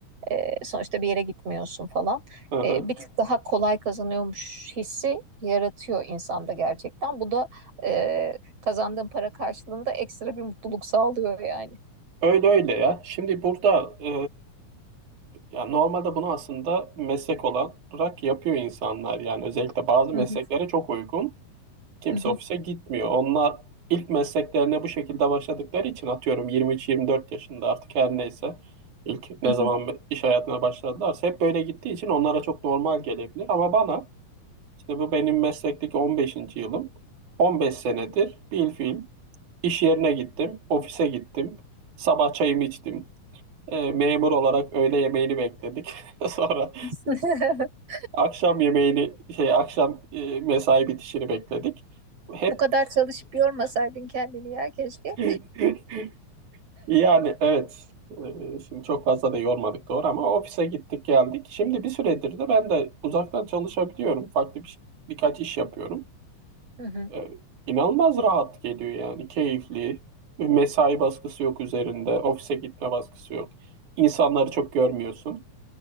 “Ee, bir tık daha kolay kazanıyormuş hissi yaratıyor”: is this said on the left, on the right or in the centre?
Right